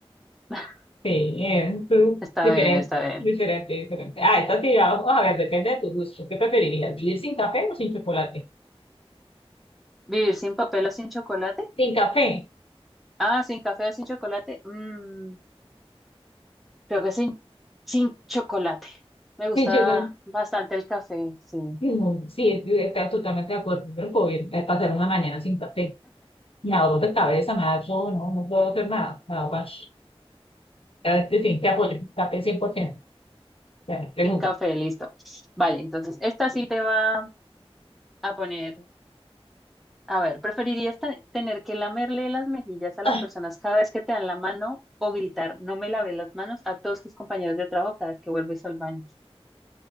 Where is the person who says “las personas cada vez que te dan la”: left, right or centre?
Centre